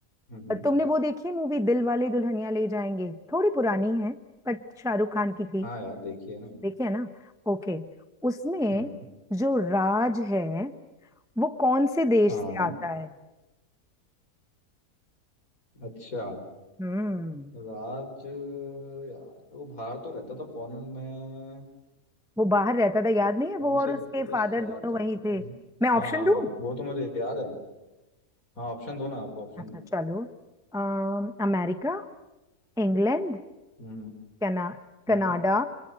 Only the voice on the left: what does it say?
हम्म हम्म
हाँ यार देखिए ना
हम्म हम्म
हाँ
अच्छा
राज यार वो बाहर तो रहता था फॉरेन में
बट
कौन
से
देश
से
आता
है
हाँ हाँ
हाँ, वो तो मुझे याद है हाँ ऑप्शन दो ना आप ऑप्शन
दो
हम्म
हम्म